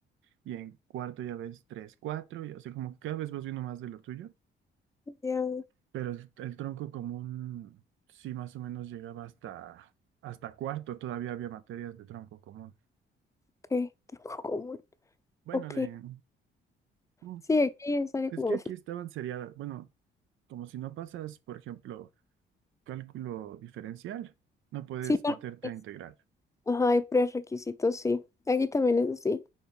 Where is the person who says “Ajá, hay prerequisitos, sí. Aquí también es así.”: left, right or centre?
Left